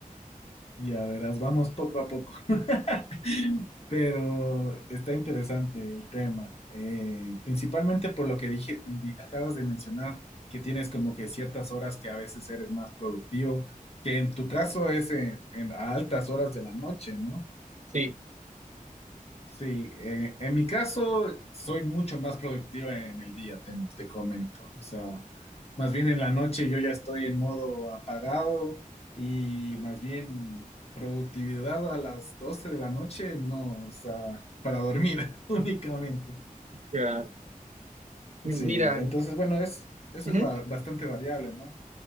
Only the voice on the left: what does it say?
Ya verás, vamos poco a poco. <laughs> Pero está interesante el tema, eh, principalmente por lo que dije y di- acabas de mencionar, que tienes como que ciertas horas que a veces eres más productivo, que en tu caso es en, en- a altas horas de la noche, ¿no?
Sí, eh, en mi caso soy mucho más productivo en el día, te, te comento. O sea, más bien en la noche yo ya estoy en modo apagado y más bien productividad a las 12 de la noche, no, o sea, para dormir <laughs> únicamente.
Sí, entonces bueno, es, eso
es ba- bastante variable, ¿no?